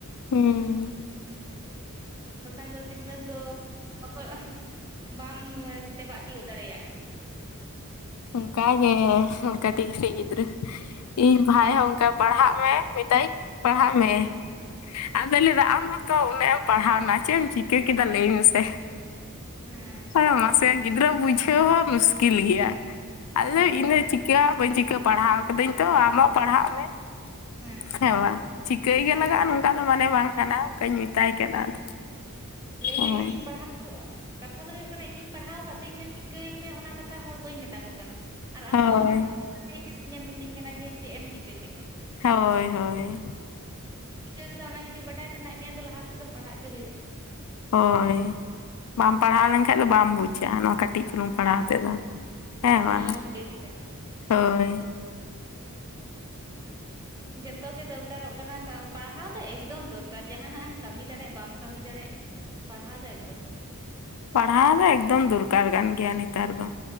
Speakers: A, on the left; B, on the right.
A: ᱦᱩᱸ
B: ᱵᱟᱠᱷᱟᱱ ᱫᱚ ᱥᱤᱠᱷᱱᱟᱹᱛ ᱫᱚ ᱵᱟᱠᱚ ᱵᱟᱢ ᱛᱮᱵᱟᱜ ᱛᱤᱭᱚᱜ ᱫᱟᱲᱮᱭᱟᱜᱼᱟ᱾
A: ᱚᱝᱠᱟ ᱜᱮ ᱠᱟᱴᱤᱡ ᱠᱟᱴᱤᱡ ᱜᱤᱫᱽᱨᱟᱹ ᱤᱧ ᱵᱷᱟᱭ ᱦᱚᱸ ᱚᱝᱠᱟ ᱯᱟᱲᱦᱟᱜ ᱢᱮ ᱢᱮᱛᱟᱭᱟᱧ ᱯᱟᱲᱦᱟᱜ
B: ᱦᱩᱸ
A: ᱢᱮ᱾ ᱟᱫᱚᱭ ᱞᱟᱹᱭᱫᱟ ᱟᱢ ᱦᱚᱸᱛᱚ ᱩᱱᱟᱹᱜ ᱮᱢ ᱯᱟᱲᱦᱟᱣᱱᱟ ᱪᱮᱜ ᱮᱢ ᱪᱤᱠᱟᱹ ᱠᱮᱫᱟ ᱞᱟᱹᱭ ᱢᱮᱥᱮ᱾
B: ᱦᱮᱸ
A: ᱟ ᱢᱟᱥᱮ ᱜᱤᱫᱽᱨᱟᱹ ᱵᱩᱡᱷᱟᱹᱣ ᱦᱚᱸ ᱢᱩᱥᱠᱤᱞ ᱜᱮᱭᱟ᱾ ᱟᱫᱚ
B: ᱦᱳᱭ
A: ᱤᱧᱹ ᱫᱚ
B: ᱯᱟᱲ
A: ᱪᱤᱠᱟᱹ ᱵᱟᱹᱧ ᱪᱤᱠᱟᱹ ᱯᱟᱲᱦᱟᱣ ᱠᱟᱹᱫᱟᱹᱧ ᱛᱚ ᱟᱢᱦᱚᱸ ᱯᱟᱲᱦᱟᱜ ᱢᱮ᱾
B: ᱦᱮᱸ
A: ᱥᱮ ᱵᱟᱝ, ᱪᱤᱠᱟᱹᱭ ᱜᱮ
B: ᱦᱳᱭ
A: ᱞᱟᱜᱟᱜᱼᱟ ᱱᱚᱝᱠᱟ ᱫᱚ ᱢᱟᱱᱮ ᱵᱟᱝ ᱠᱟᱱᱟ ᱚᱝᱠᱟᱧ ᱢᱮᱛᱟᱭ ᱠᱟᱱᱟ
B: ᱦᱩᱸ
A: ᱟᱫᱚ
B: ᱞᱟᱹᱭᱢᱮ
A: ᱦᱳᱭ
B: ᱤᱧᱤᱧ ᱯᱟᱲᱦᱟᱜ ᱠᱟᱛᱷᱟ ᱫᱚ ᱦᱩᱭᱩᱜ ᱠᱟᱱᱟ ᱤᱧᱤᱧ ᱯᱟᱲᱦᱟᱣ ᱠᱟᱜ ᱛᱮ ᱤᱧ ᱫᱚ ᱪᱤᱠᱟᱹᱭ ᱢᱮ ᱚᱱᱟ ᱠᱟᱛᱷᱟ ᱦᱚᱲ ᱵᱟᱹᱧ ᱢᱮᱛᱟ ᱠᱚ ᱠᱟᱱᱟ᱾ ᱟᱨ
A: ᱦᱳᱭ
B: ᱟᱢ ᱵᱟᱢ ᱯᱟᱲᱦᱟᱜ <unintelligible> ᱤᱧᱮᱢ ᱢᱤᱛᱟᱹᱧ ᱠᱟᱱᱟ ᱡᱮ ᱪᱮᱜ ᱮᱢ ᱪᱤᱠᱟᱹ ᱠᱮᱫᱟ?
A: ᱦᱳᱭ ᱦᱳᱭ
B: ᱤᱧ ᱪᱤᱠᱟᱹᱣ ᱠᱮᱫᱟ ᱚᱱᱟ ᱡᱩᱫᱤ ᱵᱟᱰᱟᱭ ᱥᱟᱱᱟᱭᱮᱜ ᱢᱮᱭᱟ ᱛᱚ ᱞᱟᱦᱟ ᱥᱮᱫ ᱫᱚ ᱯᱟᱲᱦᱟᱜ ᱜᱮ ᱦᱩᱭᱩᱜᱼᱟ᱾
A: ᱦᱳᱭ ᱵᱟᱢ ᱯᱟᱲᱦᱟᱣ ᱞᱮᱱᱠᱷᱟᱡ ᱫᱚ ᱵᱟᱢ ᱵᱩᱡᱟ, ᱱᱚᱣᱟ ᱠᱟᱹᱴᱤᱡ ᱪᱩᱞᱩᱝ
B: ᱦᱮᱸ
A: ᱯᱟᱲᱦᱟᱣ ᱛᱮᱫᱚ ᱦᱮᱸ
B: ᱤᱧ
A: ᱵᱟᱝ
B: ᱪᱮᱫ ᱤᱧ ᱪᱤᱠᱟᱹ ᱠᱮᱫᱟ
A: ᱦᱳᱭ᱾
B: ᱡᱚᱛᱚᱜ ᱜᱮ ᱫᱚᱨᱠᱟᱨᱚᱜ ᱠᱟᱱᱟ ᱯᱟᱲᱦᱟᱣ ᱫᱚ ᱮᱠᱫᱚᱢ ᱫᱚᱨᱠᱟᱨ ᱡᱟᱦᱟᱱᱟᱜ ᱮᱢ ᱠᱟᱹᱢᱤ ᱫᱟᱲᱮᱜ ᱵᱟᱢ ᱠᱟᱹᱢᱤ ᱫᱟᱲᱮᱜ ᱯᱟᱲᱦᱟᱣ ᱫᱚ ᱮᱠᱫᱚᱢ ᱫᱚᱨᱠᱟᱨ᱾
A: ᱯᱟᱲᱦᱟᱣ ᱫᱚ ᱮᱠᱫᱚᱢ ᱫᱚᱨᱠᱟᱨ ᱠᱟᱱ ᱜᱮᱭᱟ ᱱᱮᱛᱟᱨ ᱫᱚ